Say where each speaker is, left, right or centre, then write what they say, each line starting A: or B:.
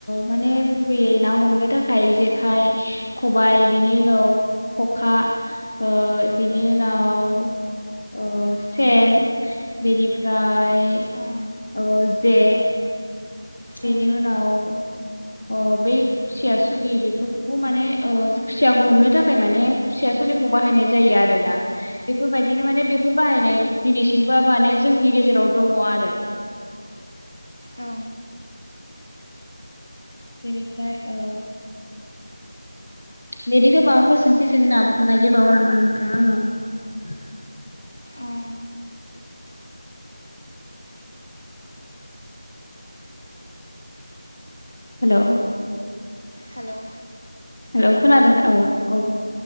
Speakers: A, on the left; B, on the left.
A: माने गुबैयै ना हमनो थाखाय जेखाइ खबाइ बेनि उनाव खखा ओ बेनि उनाव ओ सेन बेनिफ्राय
B: औ
A: अ जे बिनि
B: औ
A: उनाव अ बै खुसियासुलि बेफोरखौबो माने ओ खुसियाखौ हमनो थाखाय माने खुसियासुलिखौ बाहायनाय जायो आरोना बेफोरबायदिनो माने बेफोर बाहायनाय दिनैसिमबो माने जोंनि गेजेराव दङ आरो
B: औ
A: बेनिफ्राय ओ बेनिफ्राय माबाफोर सोंथि सोंनो नागिरबावो नामा नोंथाङा आंनाव
B: औ
A: हेलौ
B: हेलौ
A: हेलौ खोनादों औ औ